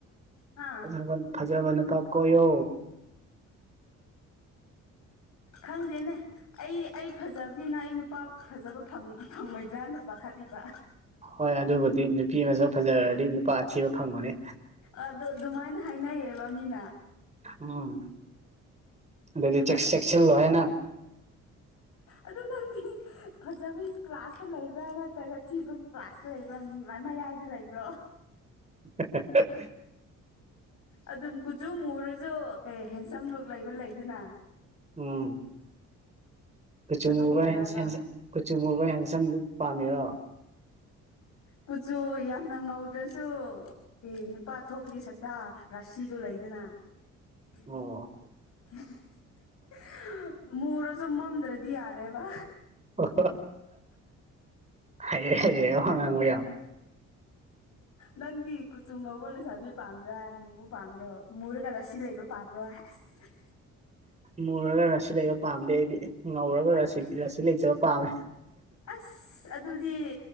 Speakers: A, on the left; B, on the right.
A: ꯍꯥ
B: ꯐꯖꯕ ꯐꯖꯕ ꯅꯨꯄꯥ ꯀꯣꯌꯣ
A: ꯈꯪꯗꯦꯅꯦ ꯑꯩ ꯑꯩ ꯐꯖꯕꯅꯤꯅ ꯑꯩ ꯅꯨꯄꯥ ꯐꯖꯕ ꯐꯪꯉꯣꯏꯗ꯭ꯔꯥꯅ ꯄꯥꯈꯠꯂꯤꯕ
B: ꯍꯣꯏ ꯑꯗꯨꯕꯨꯗꯤ ꯅꯨꯄꯤ ꯃꯁꯛ ꯐꯖꯔꯗꯤ ꯅꯨꯄꯥ ꯑꯊꯤꯕ ꯐꯪꯕꯅꯦ
A: ꯑꯗꯨ ꯑꯗꯨꯃꯥꯏꯅ ꯍꯥꯏꯅꯩꯌꯦꯕ ꯃꯤꯅ
B: ꯎꯝ ꯑꯗꯤ ꯆꯦꯛꯁ
A: ꯑꯗꯨ
B: ꯆꯦꯛꯦꯛꯁꯟ ꯂꯦꯅ
A: ꯑꯗꯨ ꯅꯪꯗꯤ ꯐꯖꯕ ꯀ꯭ꯂꯥꯁꯇ ꯂꯩꯕ꯭ꯔꯥ ꯅꯠꯇ꯭ꯔꯒ ꯊꯤꯕꯒꯤ ꯀ꯭ꯂꯥꯁꯇ ꯂꯩꯕ꯭ꯔꯥ ꯃꯌꯥꯏꯗ ꯂꯩꯕ꯭ꯔꯣ
B: <unintelligible>
A: ꯑꯗꯨꯝ ꯀꯨꯆꯨ ꯃꯨꯔꯁꯨ ꯀꯩ ꯍꯦꯟꯁꯝ ꯂꯨꯛ ꯂꯩꯕ ꯂꯩꯗꯅ
B: ꯎꯝ ꯀꯆꯨꯃꯨꯕ
A: ꯑꯗꯨ ꯑꯣꯏꯕ꯭ꯔꯕ
B: ꯍꯦꯟ ꯍꯦꯟ ꯀꯨꯆꯨ ꯃꯨꯕ ꯍꯦꯟꯁꯝ ꯂꯨꯛ ꯄꯥꯝꯃꯤꯔꯣ
A: ꯀꯨꯆꯨ ꯌꯥꯝꯅ ꯉꯧꯗ꯭ꯔꯁꯨ ꯑꯦ ꯅꯨꯄꯥ ꯊꯣꯛꯄꯒꯤ ꯁꯛꯇ ꯔꯥꯁꯤꯗꯣ ꯂꯩꯗꯅ <unintelligible>
B: ꯑꯣ
A: ꯃꯨꯔꯁꯨ ꯃꯝꯗ꯭ꯔꯗꯤ ꯌꯥꯔꯦꯕ
B: ꯑꯣ ꯍꯩꯔꯦ ꯍꯩꯔꯦ ꯋꯥꯉꯥꯡꯕ ꯌꯥꯝ
A: ꯅꯪꯗꯤ ꯀꯨꯆꯨ ꯉꯧꯕ ꯂꯩꯏꯁꯥꯕꯤ ꯄꯥꯝꯕ꯭ꯔꯥ ꯑꯃꯨꯕ ꯄꯥꯝꯕ꯭ꯔꯣ ꯃꯨꯔꯒꯅ ꯁꯤ ꯂꯩꯕ ꯄꯥꯝꯕ꯭ꯔꯣ ꯑꯁ
B: ꯃꯨꯔꯒ ꯔꯁꯤ ꯂꯩꯕ ꯄꯥꯝꯗꯦ ꯑꯩꯗꯤ ꯉꯧꯔꯒ
A: ꯑꯁ
B: ꯔꯁꯤ ꯔꯁꯤ ꯂꯩꯖꯕ ꯄꯥꯝꯃꯦ
A: ꯑꯁ ꯑꯗꯨꯗꯤ